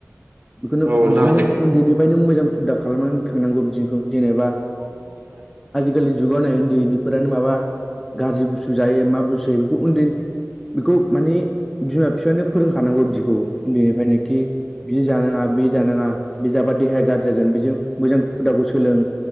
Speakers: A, in the centre; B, on the right.
A: बेखौनो
B: औ नोंथां
A: बिदिनो उन्दैनिफ्रायनो मोजां हुदा खालामनानै थांनांगौ बिदिनोखौ जेनेबा
B: <inaudible>
A: गोरै जुगाव होननाय उन्दै उन्दैफोरानो माबा गाज्रि बुस्थु जायो मा बुस्थु बेखौ उन्दै बिखौ मानि बिमा बिफायानो फोरोंखानांगौ बिखौ उन्दैनिफ्रायनोखि जि जानाङा बे जानाङा बे जाबा देहाया गाज्रि जागोन बेजों मोजां हुदाखौ सोलों